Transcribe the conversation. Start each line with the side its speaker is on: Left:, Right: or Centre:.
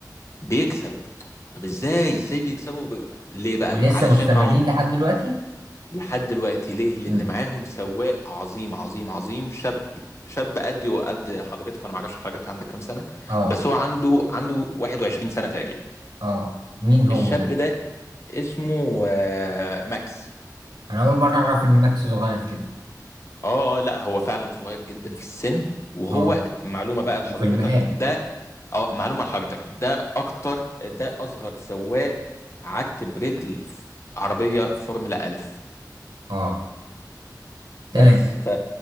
Left: بيكسب طب ازاي ازاي بيكسبوا ب... ليه بقى
Right: ولسه
Left: علشان
Right: مستمرين
Left: معاهم
Right: لحد دلوقتي
Left: لحد دلوقتي ليه لأن
Right: مم.
Left: معاهم سواق عظيم عظيم عظيم شاب شاب قدي وقد حضرتك انا ما اعرفش حضرتك عندك كام سنه
Right: اه
Left: بس هو عنده عنده 21 سنه تقريبا
Right: اه مين هو
Left: الشاب
Right: ده
Left: ده اسمه آه، ماكس
Right: انا اول مرة اعرف ان ماكس صغير كده
Left: اه آه، لا هو فعلا صغير جدا في السن وهو
Right: اه
Left: معلومة بقى لحضرتك
Right: وفي المقام
Left: ده اه معلومة لحضرتك ده اكتر ده اصغر سواق عدت برجل في عربية فورمولا الف
Right: اه
Left: بس
Right: تمام
Left: ف